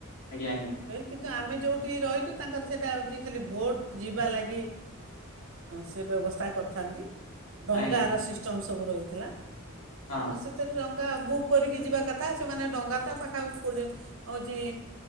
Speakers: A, on the left (about 80°); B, on the right (about 65°).
A: ଆଜ୍ଞା ଆଜ୍ଞା
B: କିନ୍ତୁ ଆମେ ଯେଉଁଠି ରହିଲୁ ତାଙ୍କର ସେଇଟା ହେଉଛି ଖାଲି ଭୋଟ ଯିବା ଲାଗି। ସେ ବ୍ୟବସ୍ଥା କରିଥାନ୍ତି। ଡଙ୍ଗା
A: ଆଜ୍ଞା
B: ର ସିଷ୍ଟମ ସବୁ ରହିଥିଲା।
A: ହଁ
B: ଆଉ ସେଥିରେ ରଙ୍ଗା ବହୁ କରିକି ଯିବା କଥା ସେମାନେ ଡଙ୍ଗା ଥା ପାଖାପାଖି ହଉଛି।